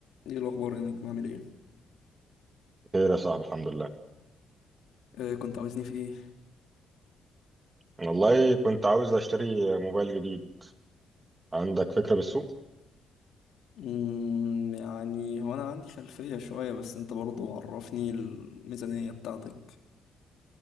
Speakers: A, on the left; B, on the right.
A: ايه الاخبار يا نجم عامل ايه
B: خير يا صاحبي الحمد لله
A: آه كنت عاوزني في ايه
B: والله كنت عاوز اشتري موبايل جديد عندك فكرة بالسوق
A: مم يعني هو انا عندي خلفية شوية بس انت برضو عرفني الميزانية بتاعتك